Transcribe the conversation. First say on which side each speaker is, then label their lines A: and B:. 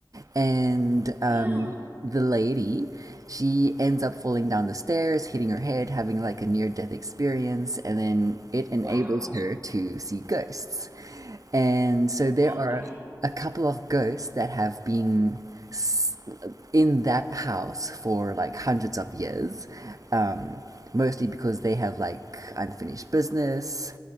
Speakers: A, on the right; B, on the right.
A: And um,
B: Yeah.
A: the lady, she ends up falling down the stairs, hitting her head, having like a near death experience, and then it enables
B: Wow.
A: her to see ghosts. And so there
B: Oh,
A: are
B: wow.
A: a couple of ghosts that have been s- in that house for like hundreds of years, um, mostly because they have like unfinished business.